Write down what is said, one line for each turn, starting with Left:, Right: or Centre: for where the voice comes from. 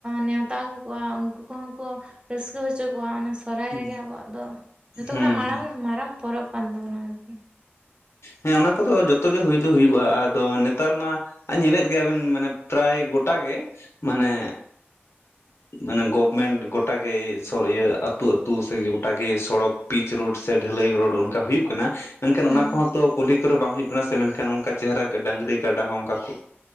Right: ᱱᱮᱶᱛᱟ ᱟᱜᱩ ᱠᱚᱣᱟ ᱩᱱᱠᱩ ᱠᱚᱦᱚᱸ ᱠᱚ ᱨᱟᱹᱥᱠᱟᱹ ᱦᱚᱪᱚ ᱠᱚᱣᱟ ᱚᱱᱟ ᱥᱚᱦᱚᱨᱟᱭ
Left: ᱦᱩᱸ
Right: ᱨᱮᱜᱮ ᱟᱵᱚᱣᱟᱜ ᱫᱚ ᱡᱚᱛᱚ
Left: ᱦᱩᱸ
Right: ᱠᱷᱚᱱᱟᱜ ᱢᱟᱨᱟᱝ
Left: ᱦᱩᱸ
Right: ᱢᱟᱨᱟᱝ ᱯᱚᱨᱚᱵᱽ ᱠᱟᱱ ᱛᱟᱵᱚᱱᱟ ᱟᱨᱠᱤ
Left: ᱦᱮᱸ ᱚᱱᱟ ᱠᱚᱫᱚ ᱡᱚᱛᱚ ᱜᱮ ᱦᱩᱭ ᱫᱚ ᱦᱩᱭᱩᱜᱼᱟ ᱟᱫᱚ ᱱᱮᱛᱟᱨ ᱢᱟ ᱟᱨ ᱧᱮᱞᱮᱫ ᱜᱮᱭᱟᱵᱤᱱ ᱢᱟᱱᱮ ᱯᱨᱟᱭ ᱜᱚᱴᱟ ᱜᱮ ᱢᱟᱱᱮ ᱢᱟᱱᱮ ᱜᱚ ᱢᱮᱱ ᱜᱚᱴᱟᱜᱮ ᱤᱭᱟᱹ ᱟᱹᱛᱩ ᱟᱹᱛᱩ ᱥᱮ ᱜᱚᱴᱟᱜᱮ ᱥᱚᱲᱚᱠ ᱯᱤᱪ ᱨᱳᱰ ᱥᱮ ᱰᱷᱟᱹᱞᱟᱹᱭ ᱨᱳᱰ ᱦᱩᱭᱩᱜ ᱠᱟᱱᱟ ᱢᱮᱱᱠᱷᱟᱱ ᱚᱱᱟ
Right: ᱦᱮᱸ
Left: ᱠᱚᱦᱚᱸ ᱛᱚ ᱠᱩᱞᱤ ᱠᱚ ᱵᱟᱝ ᱦᱩᱭᱩᱜ ᱠᱟᱱᱟ ᱥᱮ ᱢᱮᱱᱠᱷᱟᱱ ᱚᱱᱠᱟ ᱪᱮᱦᱨᱟ ᱰᱟᱹᱟᱝᱨᱤ ᱠᱟᱰᱟ ᱦᱚᱸ ᱚᱱᱠᱟ ᱠᱚ